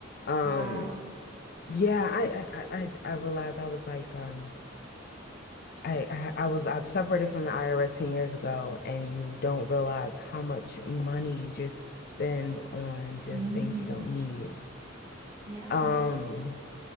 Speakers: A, on the left (about 50°); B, on the right (about 25°).
A: Um,
B: wow.
A: yeah, I I I I I realized I was like, um I I I was I separated from the IRS 10 years ago, and you don't realize how much money you just spend on just
B: Mm,
A: things you don't need.
B: yeah.
A: Um,